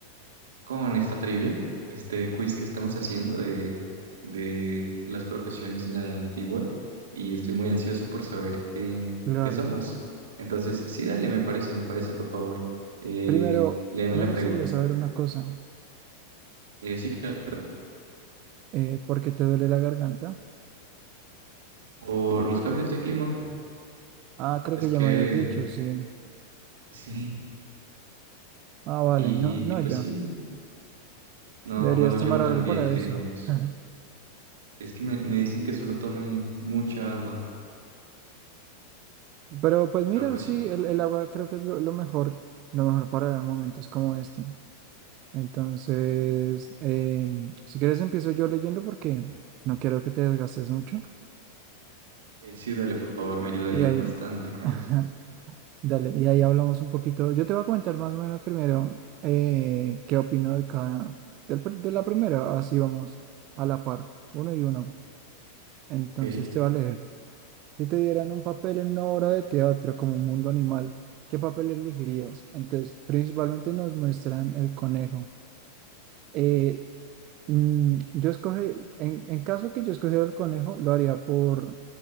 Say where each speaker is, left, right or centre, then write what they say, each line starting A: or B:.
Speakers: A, on the right; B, on the right.
A: con esta trivia, este quiz que estamos haciendo de, de las profesiones en la edad antigua y estoy muy ansioso por saber qué,
B: claro.
A: qué somos. Entonces, sí, dale, me parece, me parece, por favor, eh,
B: Primero,
A: léeme
B: me
A: la
B: gustaría
A: pregunta.
B: saber una cosa.
A: Eh, sí, claro.
B: Eh, ¿por qué te duele la garganta?
A: Por los cambios de clima,
B: Ah, creo
A: es
B: que
A: que
B: ya me habías dicho, sí.
A: sí,
B: Ah, vale,
A: y,
B: no, no,
A: y pues
B: ya.
A: sí, no,
B: Deberías
A: no lo llevo
B: tomar
A: tan
B: algo
A: bien,
B: para
A: que
B: eso.
A: digamos.
B: <laughs>
A: Es que me, me dicen que solo tome mucha agua,
B: Pero pues
A: pero
B: mira,
A: pues
B: sí,
A: sí,
B: el, el agua creo que es lo, lo mejor, lo mejor para momentos como este. Entonces, em, si quieres empiezo yo leyendo porque no quiero que te desgastes mucho.
A: eh, sí, dale, por favor, me ayudarías
B: Y ahí,
A: bastante con
B: <laughs>
A: eso.
B: dale, y ahí hablamos un poquito. Yo te voy a comentar más o menos primero eh, qué opino de cada, del pr- de la primera. Así vamos a la par, uno y uno. Entonces
A: Ok.
B: te va a leer. Si te dieran un papel en una obra de teatro como un mundo animal, ¿qué papel elegirías? Entonces, principalmente nos muestran el conejo. Eh, Mm, yo escoge, en, en caso que yo escogiera el conejo, lo haría por,